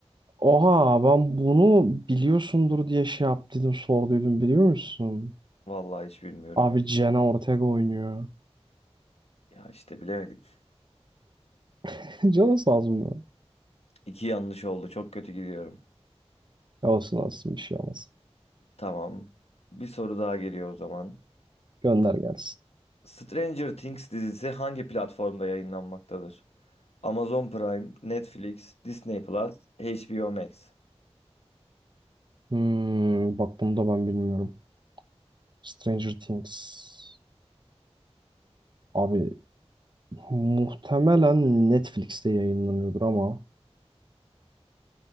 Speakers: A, on the right (about 45°); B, on the left (about 70°).
A: Oha ben bunu biliyorsundur diye şey yaptıydım sorduydum biliyor musun?
B: Vallahi hiç bilmiyorum
A: Abi
B: ya.
A: Jenna Ortega oynuyor.
B: Ya işte bilemedik.
A: <laughs> Canı sağ olsun da.
B: İki yanlış oldu. Çok kötü gidiyorum.
A: Olsun olsun bir şey olmaz.
B: Tamam. Bir soru daha geliyor o zaman.
A: Gönder gelsin.
B: Stranger Things dizisi hangi platformda yayınlanmaktadır? Amazon Prime, Netflix, Disney Plus, HBO Max.
A: Hmm, bak bunu da ben bilmiyorum. Stranger Things. Abi muhtemelen Netflix'te yayınlanıyordur ama